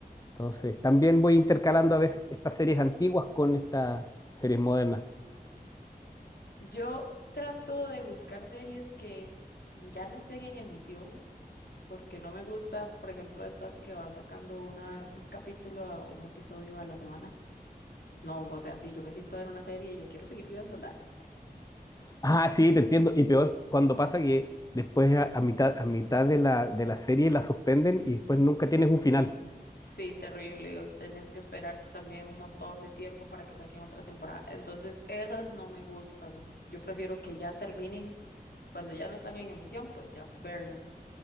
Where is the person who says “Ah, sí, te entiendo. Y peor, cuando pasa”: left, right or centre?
Left